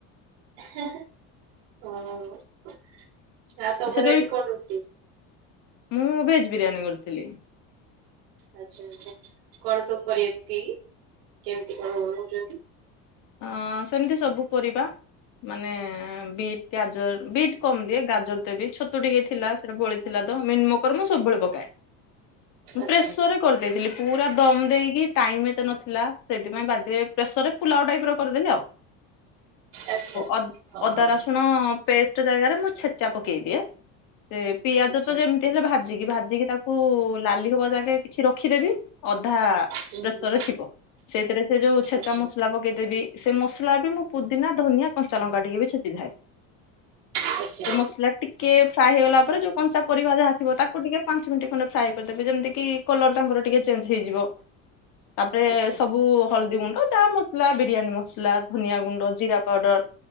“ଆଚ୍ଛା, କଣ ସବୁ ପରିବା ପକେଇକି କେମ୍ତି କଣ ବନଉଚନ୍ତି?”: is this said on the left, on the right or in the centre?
Right